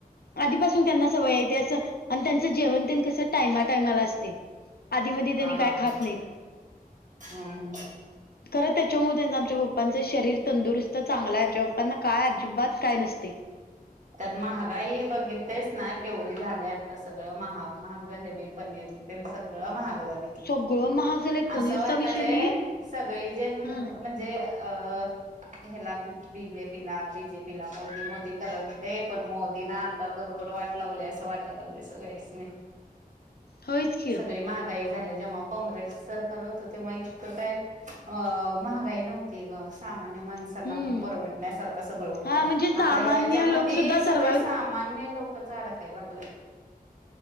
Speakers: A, on the left (about 80°); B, on the right (about 55°).
A: आधीपासून त्यांना सवय आहे ते असं आणि त्यांचं जेवण ते कसं टायमा टायमाला असतय. कधीमधी त्यांनी
B: हा
A: काय खात
B: हा
A: नाहीत.
B: हम्म हम्.
A: खरं त्याच्यामुळे आमच्या पप्पांचं शरीर तंदुरुस्त चांगला आहे आमच्या पप्पांना काय, अजिबात काय नसतय.
B: त्यात महागाई बघिततेच ना केवढी झालीय! आता सगळं महाग महाग झालेय बाई पनीर. ते सगळं महाग झालय.
A: सगळं महाग झालंय पनीरचा
B: असं वाटतालेय
A: विषय नाहीये
B: सगळे जन
A: हा
B: म्हणजे, अ ह्याला बीजेपीला बीजेपीला मोदी मोदी करत होते. पण मोदीनं आता बरोबर वाट लावलीय असं वाटायला लागलय सगळ्यासनी.
A: होयच की
B: सगळे महागाई झाले जेव्हा काँग्रेस सरकार होतं तेव्हा इतकं काय, अ महागाई नव्हती ग सामान्य माणस
A: हम्म
B: त्यांना पण परवडण्यासारखं सगळं होतं.
A: हा म्हणजे सामान्य
B: आता याच्या मध्ये
A: लोक सुद्धा
B: सगळी
A: सर्वाइव्ह
B: सामान्य लोकच अडकाय लागलेत.